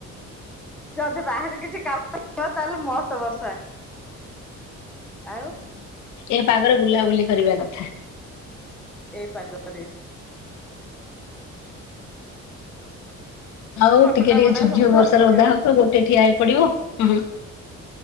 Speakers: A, in the centre; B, on the left.
A: ଯଦି ବାହାରେ କିଛି କାମ ଥିବ ତାହେଲେ ମସ୍ତ ବର୍ଷା। ଆଉ
B: ଏ ପାଗରେ ବୁଲାବୁଲି କରିବା କଥା।
A: ଏଇ ପାଗରେ।
B: ଆଉ
A: ଥଣ୍ଡା
B: ଟିକେ ଟିକେ
A: ମଣ୍ଡା
B: ଝିପ
A: ସବୁ
B: ଝିପ୍
A: ଧରି
B: ବର୍ଷାର
A: ପକେଇବ।
B: ଓଦା ହଉଥିବ କୋଉଠି ଟିକେ ଠିଆ ହେଇ ପଡିବ। ହୁଁ।